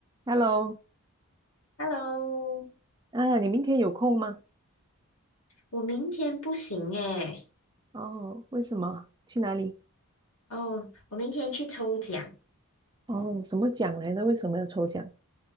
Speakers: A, on the right (about 20°); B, on the left (about 75°).
A: Hello，
B: Hello，
A: 啊，你明天有空吗？
B: 我明天不行诶。
A: 哦，为什么？去哪里？
B: 哦，我明天去抽奖，
A: 哦，什么奖来着？为什么要抽奖？